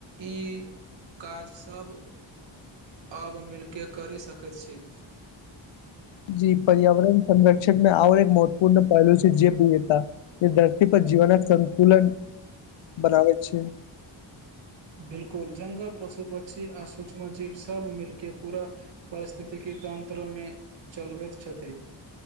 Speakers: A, on the right (about 70°); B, on the left (about 75°).
A: ई काज सभ आब मिलकेऽ करि सकैत छी
B: जी पर्यावरण संरक्षण मे आओर एक महत्वपूर्ण पहलू छै जेव विविधता जे धरती पर जीवन सतुलन बनाबे छै
A: बिलकुल जंगल पशु पक्षी आ सूक्ष्म जीव सभ मिलके पूरा परिस्थिति के चीतन मे चलबैत छथि